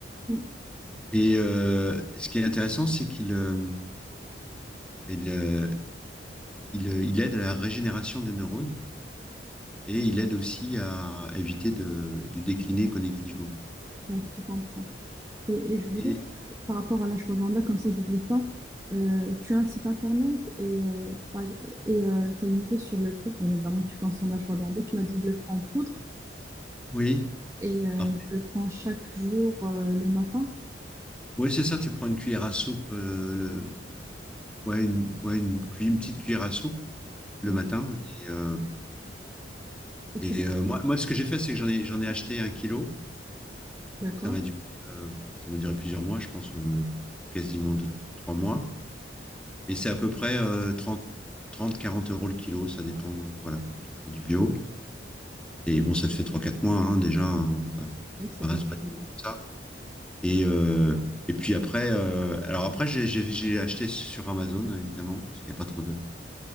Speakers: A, on the right; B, in the centre.
A: Oui,
B: Et euh, ce qui est intéressant, c'est qu'il euh, il, euh, il, euh, il aide à la régénération des neurones et il aide aussi à éviter de, de décliner connectivement.
A: Là, je te comprends. Et, et je voulais,
B: Et,
A: par rapport à l'ashwagandha, comme ça, j'oublie pas, euh, tu as un site internet et euh, par- et tu as une idée sur le prix. Bien évidemment, tu consommes l'ashwagandha. Tu m'as dit, je le prends en poudre.
B: oui,
A: Et euh,
B: Alors,
A: je le prends chaque jour euh, le matin.
B: ouais, c'est ça, tu prends une cuillère à soupe, euh, le- ouais, une, ouais, une, cui- une petite cuillère à soupe le
A: D'accord.
B: matin. Et, euh,
A: Et
B: et,
A: tu...
B: euh, moi, moi, ce que j'ai fait, c'est que j'en ai, j'en ai acheté un kilo.
A: D'accord.
B: Ça m'a duré, euh, ça m'a duré plusieurs mois, je pense, euh, quasiment deux, trois mois. Et c'est à peu près euh, 30 30, 40 euros le kilo, ça dépend, euh, voilà, pour du bio. Et bon, ça te fait trois quatre mois, hein, déjà, hein, t'as- c'est
A: Oui, c'est
B: pas,
A: des
B: c'est pas
A: vitamines.
B: ça. Et, euh, et puis après, euh, alors après, j'ai j'ai- j'ai acheté sur Amazon, évidemment, parce qu'il n'y a pas trop de.